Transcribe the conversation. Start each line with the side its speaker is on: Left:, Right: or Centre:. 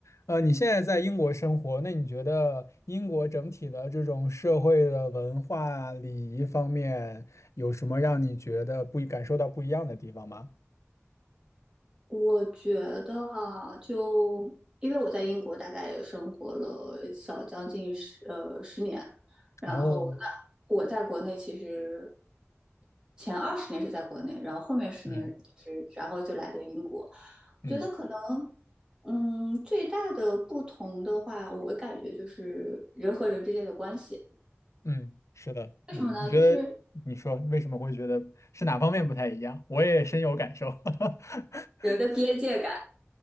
Left: 呃，你现在在英国生活，那你觉得英国整体的这种社会的文化礼仪方面，有什么让你觉得不一感受到不一样的地方吗？
Right: 我觉得哈，就因为我在英国大概也生活了小将近十呃十年，然后那
Left: 哦，
Right: 我在国内其实前二十年是在国内，然后后面十年是然后就来的英国。
Left: 嗯
Right: 我
Left: 嗯
Right: 觉得可能，嗯，最大的不同的话，我感觉就是人和人之间的关系。
Left: 嗯，是的，
Right: 为什么呢？
Left: 嗯，你觉得你说为什么会觉得是哪方面不太一样？
Right: 就是
Left: 我也深有感受。<laughs>
Right: 人的边界感。